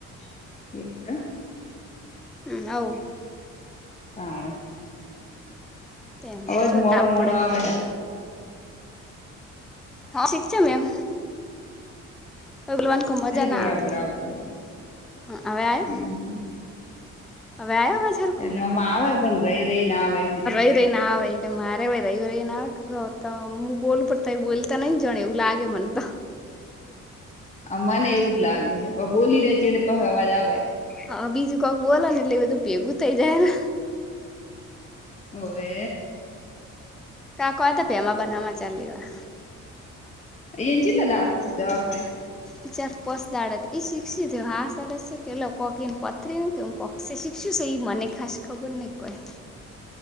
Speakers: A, on the left; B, in the centre.
A: <unintelligible>
B: હમ આવ
A: હારું
B: તેમ
A: અવાજ
B: જોતા
A: મોડો મોડો
B: પડે
A: આવે
B: હા શીખ છે મેમ <unintelligible> મજા
A: નઈ બરાબર
B: ના
A: આવતો હોય
B: આવે હ હવે આયો
A: હમ
B: હવે આયો અવાજ હરખું
A: એલે આમાં આવે પણ રહી રહીને આવે
B: એ ના આવેઈ કે મારે ભાઈ રહી ર એ ના હું બોલું પડતા એ બોલતા નઈ જાણે એવું લાગે મને તો
A: મને એવું જ લાગે છે પણ બોલી રે ચડે પ અવાજ આવે
B: હા બીજું કોક બોલો ને એટલે એ બધું ભેગું થઈ જાય ને
A: ઓવે
B: કાક આ ત ભે એમાં બના ચાલ લેવા
A: એ જ લ દ દવાખ
B: અ્ ચાર કોસ દડત એ શીખષી હાસ દડત છે કે કોક એને પથરીને કે હું કોક્ષ શીખશું એ મને ખાસ ખબોને કોય